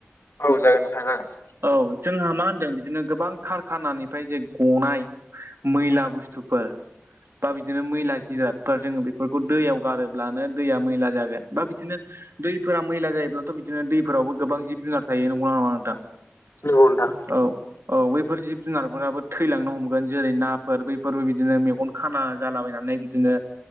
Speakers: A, on the left; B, on the right.
A: औ जागोन नोंथाय जागोन।
B: औ जोंहा मा होनदों बिदिनो गोबां खारखानानिफ्राय जे गनाय मैला बुस्थुफोर बा बिदिनो मैला जिरादफोर जोङो बेफोरखौ दैयाव गारोब्लानो दैया मैला जागोन बा बिदिनो। दैफोरा मैला जायोब्लाथ' बिदिनो दैफोरावबो गोबां जिब जुनार थायो नंगौना नङा नोंथां।
A: बेदा।
B: औ औ बैफोर जिब जुनारफोराबो थैलांनो हमगोन जेरै नाफोर बैफोरबो बिदिनो मेगन। खाना जालाबायनानै बिदिनो